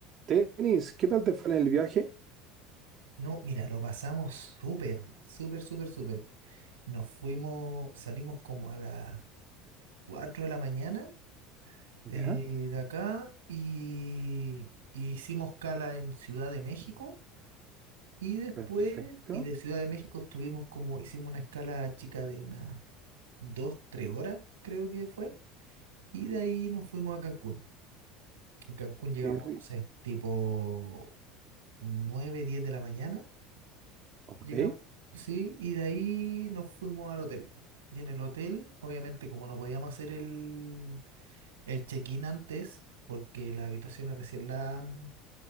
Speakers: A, on the right; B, on the right.
A: Tenis, ¿qué tal te fue en el viaje?
B: No, mira, lo pasamos súper, súper, súper, súper. Nos fuimos, salimos como a las 4 de la mañana
A: Ya,
B: eh, de acá y, y hicimos escala en Ciudad de México y después,
A: perfecto.
B: y de Ciudad de México estuvimos como, hicimos una escala chica de unas 2, 3 horas, creo que fue, y de ahí nos fuimos a Cancún. En Cancún llegamos,
A: Qué rico.
B: no sé, tipo nueve, diez de la mañana
A: Ok,
B: Llegamos, sí, y de ahí nos fuimos al hotel. Y en el hotel, obviamente, como no podíamos hacer el, el check-in antes, porque las habitaciones recién la,